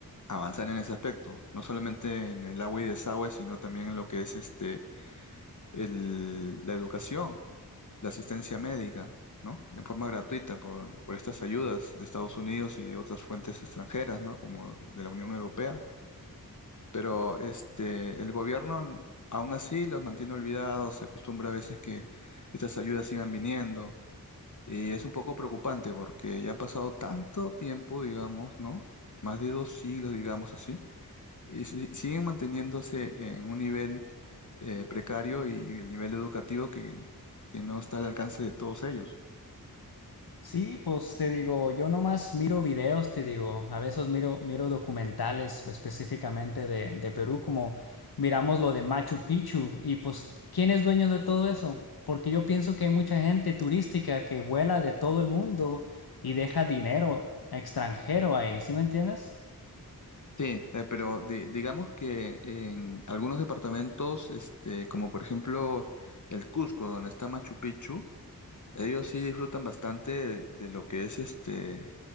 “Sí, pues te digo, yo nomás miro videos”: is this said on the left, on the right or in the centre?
Left